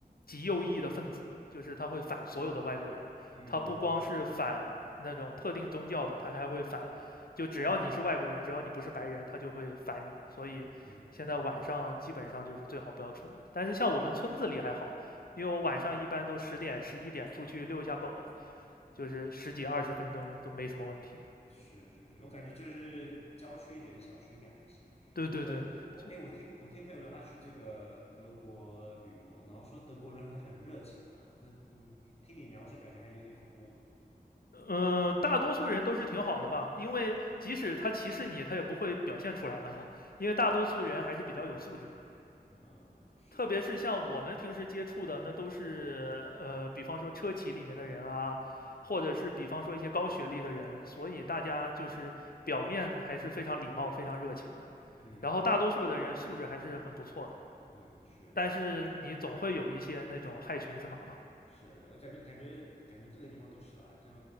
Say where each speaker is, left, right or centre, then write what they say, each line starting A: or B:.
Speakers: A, on the left; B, on the left.
A: 极右翼的分子，就是他会反所有的外国人，
B: 嗯
A: 他不光是反那种特定宗教的，他还会反，就只要你是外国人，只要你不是白人，他就会反你。所以现在晚上基本上就是最好不要出门。
B: 嗯
A: 但是像我们村子里还好，因为我晚上一般都十点、十一点出去遛一下狗，就是十几二十分钟都没什么问题。
B: 嗯，是是是，我感觉就是郊区一点的小区应该还行。
A: 对对对，
B: 这个我哎，
A: 就
B: 我听我听朋友说他去这个德国旅游，然后说德国人还很热情啊。那你听你描述，感觉还有点恐怖。
A: 呃，大多数人都是挺好的吧，因为即使他歧视你，他也不会表现出来的嘛。因为大多数人还是比较有素质的，
B: 嗯，是，
A: 特别是像我们平时接触的，那都是呃，比方说车企里面的人啊，或者是比方说一些高学历的人，所以大家就是表面还是非常礼貌、非常热情的，
B: 嗯
A: 然后大多数的人素质还是很不错的。
B: 嗯嗯，是是
A: 但是你总会有一些那种害群之马嘛。
B: 是，我感觉感觉感觉各个地方都是啦，像